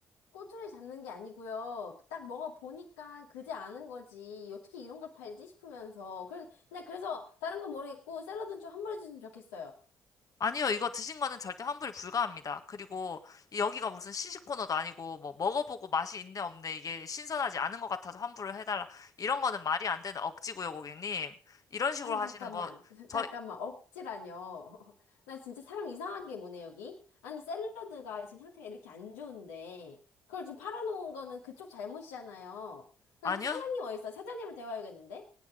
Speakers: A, on the left; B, on the left.
A: 꼬투리 잡는 게 아니고요. 딱 먹어보니까 그지 않은 거지. 어떻게 이런 걸 팔지 싶으면서. 그래서, 나 그래서 다른 건 모르겠고 샐러드는 좀 환불해 줬으면 좋겠어요.
B: 아니요, 이거 드신 거는 절대 환불이 불가합니다. 그리고 여기가 무슨 시식 코너도 아니고 뭐 먹어보고 맛이 있네 없네 이게 신선하지 않은 것 같아서 환불을 해달라 이런 거는 말이 안 되는 억지고요, 고객님. 이런 식으로
A: 아니
B: 하시는
A: 잠깐만.
B: 거
A: <laughs>
B: 저희
A: 잠깐만. 억지라뇨. <laughs> 나 진짜 사람 이상하게 뭐네 여기. 아니 샐러드가 지금 상태가 이렇게 안 좋은데 그걸 지금 팔아놓은 거는 그쪽 잘못이잖아요. 그래서
B: 아니요,
A: 사장님 어디 있어요? 사장님을 대화해야겠는데?